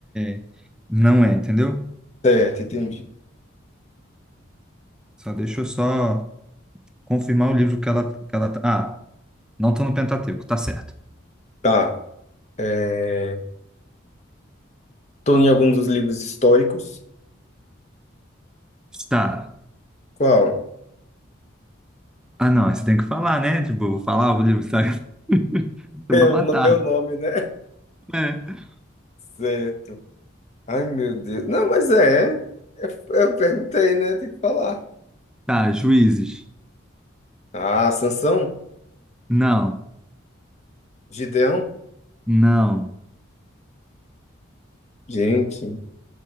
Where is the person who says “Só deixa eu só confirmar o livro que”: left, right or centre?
Centre